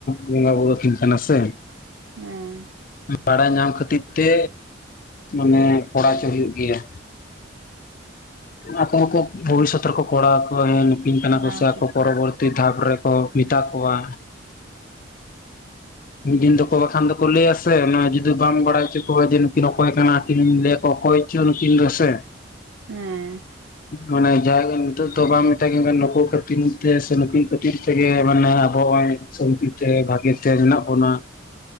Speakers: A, on the left; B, on the right.
A: ᱵᱚᱸᱜᱟ ᱵᱩᱨᱩ ᱟᱠᱤᱱ ᱠᱟᱱᱟ ᱥᱮ
B: ᱦᱮᱸ
A: ᱵᱟᱲᱟᱭ ᱧᱟᱢ ᱠᱷᱟᱹᱛᱤᱨ ᱛᱮ ᱢᱟᱱᱮ ᱠᱚᱨᱟᱪᱚ ᱦᱩᱭᱩᱜ ᱜᱮᱭᱟ ᱟᱯ ᱠᱚ ᱵᱷᱚᱵᱤᱥᱚᱛ ᱨᱮᱠᱚ ᱠᱚᱨᱟᱣ ᱠᱚ ᱯᱤᱱᱱᱟ
B: ᱠᱚᱨᱟᱣ
A: ᱠᱚ ᱥᱮ
B: ᱟᱠᱚ
A: ᱠᱚ ᱯᱚᱨᱚᱵᱚᱨ ᱛᱷᱟᱯᱚᱨᱮ ᱠᱚ ᱢᱮᱛᱟ ᱠᱚᱣᱟ ᱢᱤᱫ ᱫᱤᱱ ᱫᱚᱠᱚ ᱵᱟᱠᱷᱟᱱ ᱫᱚᱠᱚ ᱞᱟᱹᱭᱟ ᱥᱮ ᱡᱩᱫᱤ ᱵᱟᱢ ᱵᱟᱲᱟᱭ ᱦᱚᱪᱚ ᱠᱚᱣᱟ ᱡᱮ ᱱᱩᱠᱤᱱ ᱚᱠᱚᱭ ᱠᱟᱱᱟ ᱠᱤᱱ ᱞᱟᱹᱭᱟᱠᱚ ᱚᱠᱚᱭ ᱪᱚᱱ ᱠᱤᱱ ᱨᱮᱥᱮ
B: ᱦᱮᱸᱻᱦᱮᱸ
A: ᱢᱟᱱᱮ ᱡᱟ ᱜᱮ ᱱᱤᱛᱚᱜ ᱫᱚ ᱵᱟᱝ ᱢᱮᱛᱟ ᱠᱤᱱ ᱠᱟᱱᱟ ᱱᱩᱠᱩ ᱠᱷᱟᱹᱛᱤᱨ ᱛᱮ ᱥᱮ ᱱᱩᱠᱤᱱ ᱠᱷᱟᱹᱛᱤᱨ ᱛᱮᱜᱮ ᱢᱟᱱᱮ ᱟᱵᱚ ᱱᱚᱭ ᱥᱟᱱᱛᱤ ᱛᱮ ᱵᱷᱟᱜᱮ ᱛᱮ ᱢᱮᱱᱟᱜ ᱵᱚ ᱚᱱᱟ